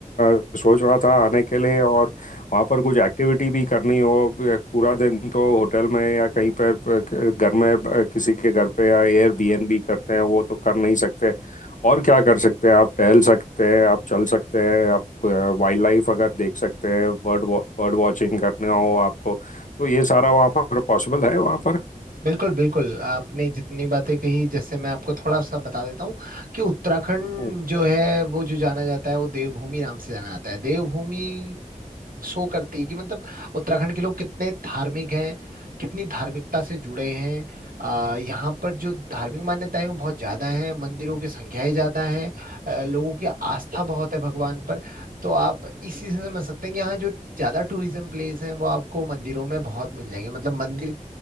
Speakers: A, on the left (about 65°); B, on the right (about 85°).
A: अ, सोच रहा था आने के लिए और वहाँ पर कुछ एक्टिविटी भी करनी हो अ, पूरा दिन तो होटल में या कहीं पर पर घर में अ, किसी के घर पे या एयरबीएनबी करते हैं वो तो कर नहीं सकते और क्या कर सकते हैं आप टहल सकते हैं आप चल सकते हैं आप वाइल्ड लाइफ अगर देख सकते हैं बर्ड बर्ड वॉचिंग करने हो आपको तो ये सारा वहाँ पर पॉसिबल है वहाँ पर
B: बिल्कुल बिल्कुल आपने जितनी बातें कही जैसे मैं आपको थोड़ा सा बता देता हूँ कि उत्तराखंड
A: हाँ,
B: जो है वो जो जाना जाता है वो देवभूमि नाम से जाना जाता है देवभूमि शो करती है कि मतलब उत्तराखंड के लोग कितने धार्मिक हैं कितनी धार्मिकता से जुड़े हैं आ, यहाँ पर जो धार्मिक मान्यताएं हैं, वो बहुत ज्यादा हैं मंदिरों की संख्याएं ज्यादा हैं अ, लोगों की आस्था बहुत है भगवान पर तो आप इस चीज से समझ सकते हैं कि यहाँ जो ज्यादा टूरिज्म प्लेस हैं वो आपको मंदिरों में बहुत मिल जाएंगे मतलब मंदिर